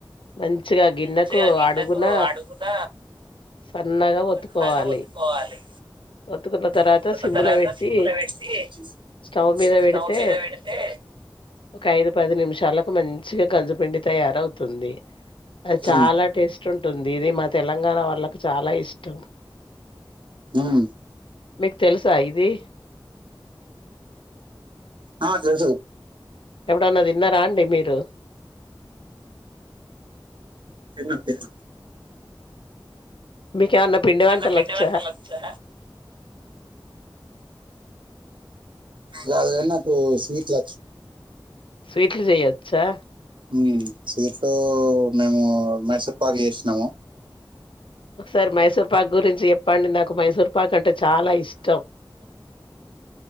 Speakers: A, on the left; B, on the right.
A: మంచిగా గిన్నెకు
B: మంచిగా గిన్నెకు
A: అడుగున
B: అడుగున
A: సన్నగా వత్తుకోవాలి,
B: సన్నగా ఒత్తుకోవాలి
A: వత్తుకున్న తర్వాత
B: ఒత్తుకున్న
A: సిమ్
B: తర్వాత
A: ల పెట్టి
B: సిమ్ములో పెట్టి
A: సస్టౌవ్ మీద
B: స్టవ్
A: పెడితే
B: మీద పెడితే
A: కట్. ఐదు పది నిమిషాలకు మన్ చిగా కజుపిండి తయారవుతుంది అద్ చాలా
B: ఉమ్,
A: టేస్ ఉంటుంది ఇది మా తెలంగాణ వాళ్ళకు చాలా ఇష్టం
B: ఉమ్
A: మీక్ తెలుసా ఇది
B: ఆ తెలుసు
A: ఎప్పుడన్నా తిన్నారా అండి మీరు
B: తిన్న తీన్
A: బీ ఏమన్న పిండి వంటలచ్చ
B: నన్న వంటలు వచ్చా రాద్ గాని నాకు స్వీట్ లచ్
A: స్వీట్లు చేయొచ్చా
B: ఊమ్ సీట్లు మేము మైసూర్ పాక్ చేసినాము
A: ఒకసారి మైసూర్ పాక్ గురించి చెప్పండి. నాకు మైసూర్ పాక్ అంటే చాలా ఇష్టం.